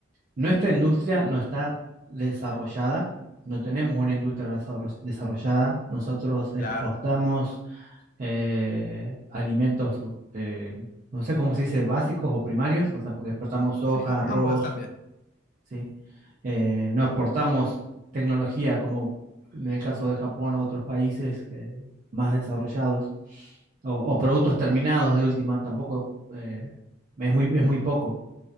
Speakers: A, on the right; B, on the left.
A: nuestra industria no está desarrollada, no tenemos una industria desarro- desarrollada. Nosotros exportamos
B: Claro,
A: eh, alimentos, eh, no sé cómo se dice, básicos o primarios, o sea, porque exportamos soja,
B: sí, a-
A: arroz,
B: ambos están bien.
A: ¿sí? Eh, no exportamos tecnología como en el caso de Japón u otros países eh, más desarrollados, o, o, productos terminados de última, tampoco eh, es, muy, es muy poco.